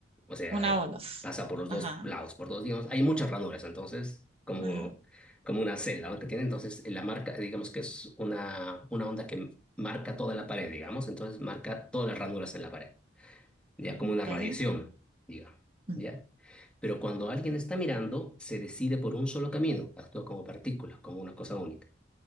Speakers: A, in the centre; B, on the right.
A: O sea,
B: una ola.
A: pasa por los
B: Ajá,
A: dos lados, por dos, digamos, hay muchas ranuras, entonces, como,
B: ajá.
A: como una celda, ¿no? que tiene, entonces, la marca, digamos que es una, una onda que marca toda la pared, digamos, entonces marca todas las ranuras en la pared, ya como
B: Ok.
A: una radiación, digamos,
B: Mm,
A: ¿ya? Pero cuando alguien está mirando, se decide por un solo camino, actúa como partícula, como una cosa única.